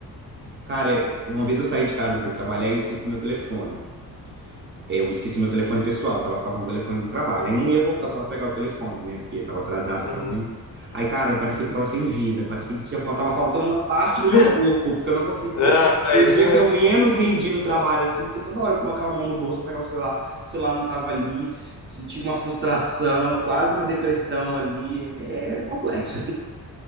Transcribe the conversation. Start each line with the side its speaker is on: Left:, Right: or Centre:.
Right: Cara, eu- uma vez eu saí de casa para ir trabalhar e eu esqueci meu telefone. eu esqueci meu telefone pessoal, tava só com o telefone do trabalho. Aí não ia voltar só pra pegar o telefone, né? Porque tava atrasado também.
Left: Uhum.
Right: Aí, cara, parecia que eu tava sem vida, parecia que tinha, fal- tava faltando uma parte do meu
Left: <laughs>
Right: corpo, porque eu não conseguia.
Left: Ah, é
Right: Foi
Left: isso
Right: o dia
Left: mesmo.
Right: que eu menos rendi no trabalho, assim, porque toda hora eu colocava a mão no bolso pra pegar o celular, o celular não tava ali, senti uma frustração, quase uma depressão ali. É complexo.